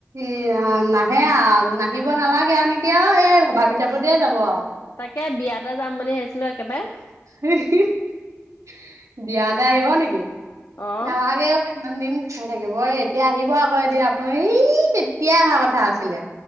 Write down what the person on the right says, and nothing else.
ই আই নাহে আৰু নাহিব নালাগে আৰু নেকি অ' এই ভাবি থাকোতেই যাব আৰু
<unintelligible> বিয়াতে আহিব নেকি?
নালাগে অ' ইমান দিন চাই থাকিব এই এতিয়া আহিব আকৌ এদিন আপোনাৰ সি তেতিয়াই অহা কথা আছিলে।